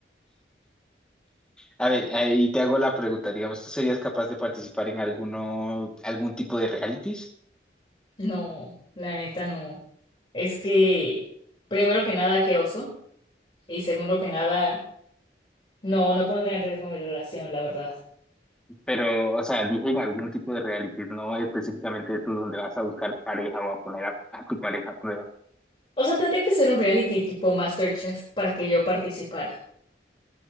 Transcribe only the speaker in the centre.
A ver, ahí te hago la pregunta, digamos, ¿tú serías capaz de participar en alguno, algún tipo de realities?
Pero, o sea, dije en algún tipo de realities, no específicamente estos donde vas a buscar pareja o a poner a, a tu pareja a prueba.